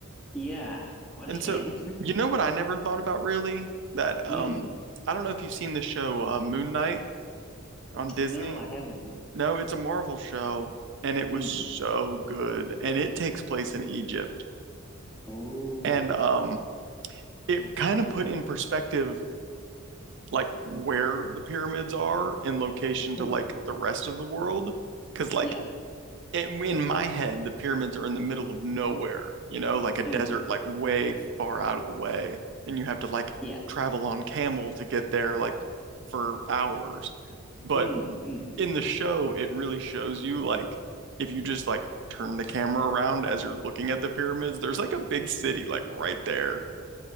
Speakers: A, in the centre; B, on the right.
A: Yeah, what
B: And
A: a shame.
B: so,
A: <laughs>
B: you know what I never thought about really? That um
A: Mm.
B: I don't know if you've seen the show uh, Moon Knight on Disney.
A: No, I haven't.
B: No, it's a Marvel show and it was
A: Mm.
B: so good and it takes place in Egypt.
A: Oh.
B: And um it kind of put in perspective like where the pyramids are in location to
A: Mm.
B: like the rest of the world. Because like
A: Yeah.
B: in my head, the pyramids are in the middle of nowhere, you know, like a desert,
A: Mm.
B: like way far out of the way. And you have to like
A: Yeah.
B: travel on camel to get there, like for hours. But
A: Mm. Mm.
B: in the show, it really shows you like if you just like turn the camera around as you're looking at the pyramids, there's like a big city like right there.